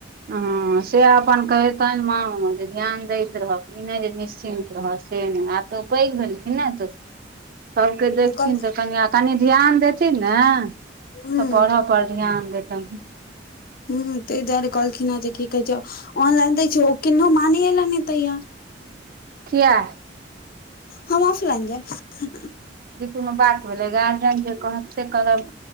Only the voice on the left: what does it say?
कल
ह
ह ह तैय द्वारे कहलखीन आ जे कि कहै छैय ऑनलाइन दै छैय औ किन्नो मानै लए नै तैयार।
हम आफ लाइन देब।